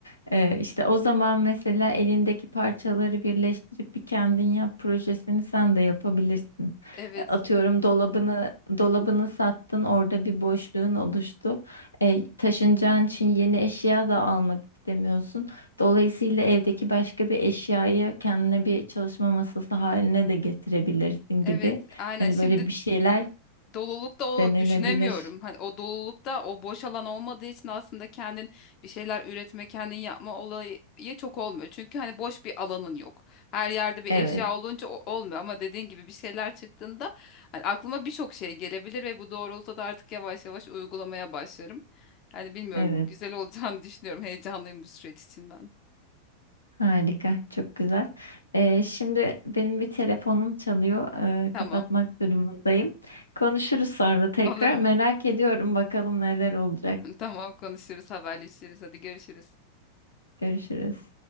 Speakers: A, on the left (about 85°); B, on the left (about 40°).
A: İşte işte o zaman mesela elindeki parçaları birleştirip bir kendin yap projesini sen de yapabilirsin.
B: Evet.
A: E, atıyorum dolabını dolabını sattın, orada bir boşluğun oluştu. E, taşınacağın için yeni eşya da almak istemiyorsun. Dolayısıyla evdeki başka bir eşyayı kendine bir çalışma masası haline de getirebilirsin
B: Evet,
A: gibi.
B: aynen.
A: Hani
B: Şimdi
A: böyle bir şeyler
B: dolulukta o
A: denenebilir.
B: düşünemiyorum. Hani o dolulukta o boş alan olmadığı için aslında kendin bir şeyler üretme, kendin yapma olayı çok olmuyor. Çünkü hani boş bir alanın yok. Her yerde bir
A: Evet,
B: eşya olunca o- olmuyor ama dediğin gibi bir şeyler çıktığında hani aklıma birçok şey gelebilir ve bu doğrultuda artık yavaş yavaş uygulamaya başlarım. Yani bilmiyorum
A: evet.
B: güzel olacağını <laughs> düşünüyorum. Heyecanlıyım bu süreç için ben.
A: Harika, çok güzel. Ee, şimdi benim bir telefonum çalıyor. Ee,
B: Tamam.
A: kapatmak durumundayım. Konuşuruz sonra tekrar.
B: Olur.
A: Merak ediyorum bakalım neler olacak.
B: <laughs> Tamam konuşuruz, haberleşiriz. Hadi görüşürüz.
A: Görüşürüz.